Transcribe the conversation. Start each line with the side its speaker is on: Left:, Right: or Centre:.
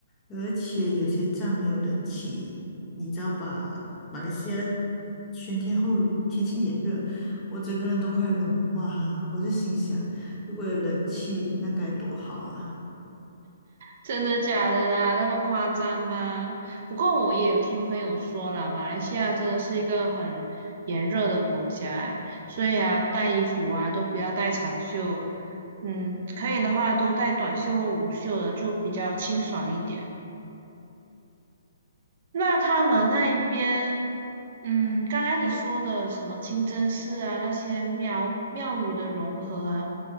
Left: 而且有些站没有冷气，你知道吧？马来西亚全天候天气炎热，我整个人都快融化了。我就心想，如果有冷气，那该多好啊！
Right: 真的假的啦？那么夸张吗？不过我也有听朋友说啦，马来西亚真的是一个很炎热的国家，哎，所以啊，带衣服啊都不要带长袖，嗯，可以的话都带短袖或无袖的，就比较清爽一点。那他们那一边，嗯，刚才你说的什么清真寺啊，那些庙庙宇的融合啊，